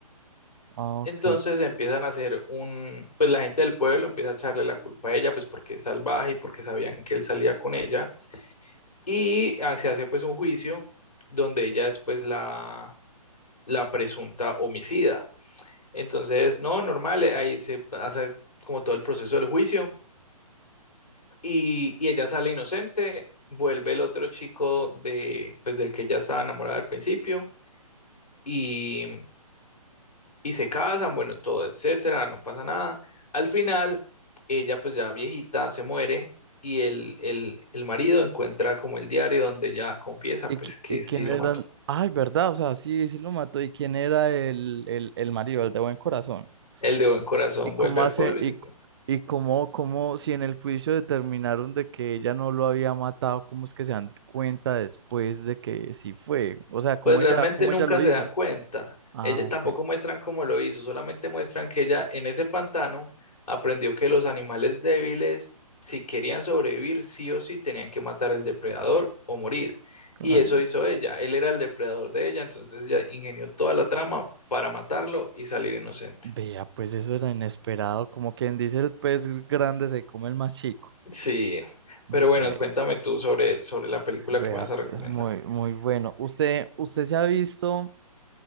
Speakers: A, on the right; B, on the left.
A: Ah,
B: Entonces
A: ok.
B: empiezan a hacer un, pues la gente del pueblo empieza a echarle la culpa a ella, pues porque es salvaje y porque sabían que él salía con ella. y ah, se hace pues un juicio donde ella es pues la, la presunta homicida. Entonces, no, normal, eh, ahí se hace como todo el proceso del juicio y, y ella sale inocente, vuelve el otro chico de pues del que ella estaba enamorada al principio y, y se casan, bueno, todo, etcétera, no pasa nada. Al final, ella pues ya viejita se muere. Y el, el, el marido encuentra como el diario donde ella confiesa
A: ¿Y,
B: pues
A: qui-
B: que
A: y quién
B: sí lo
A: era
B: mató.
A: el... Ay, verdad, o sea, sí, sí lo mató. ¿Y quién era el, el, el marido, el de buen corazón?
B: El de buen corazón
A: ¿Y cómo
B: vuelve al
A: hace,
B: pueblo y
A: y,
B: se queda.
A: y cómo, cómo, si en el juicio determinaron de que ella no lo había matado, cómo es que se dan cuenta después de que sí fue? O sea, ¿cómo
B: Pues realmente
A: ella, cómo
B: nunca
A: ella lo
B: se
A: hizo?
B: dan cuenta.
A: Ah,
B: Ella,
A: ok.
B: tampoco muestran cómo lo hizo, solamente muestran que ella en ese pantano aprendió que los animales débiles, si querían sobrevivir, sí o sí tenían que matar al depredador o morir.
A: Claro.
B: Y eso hizo ella. Él era el depredador de ella, entonces ella ingenió toda la trama para matarlo y salir inocente.
A: Vea, pues eso era inesperado, como quien dice el pez grande se come el más chico.
B: Sí,
A: Ve-
B: pero bueno, cuéntame tú sobre, sobre la película
A: Vea,
B: que me vas a recomendar.
A: pues muy, muy bueno. Usted, usted se ha visto,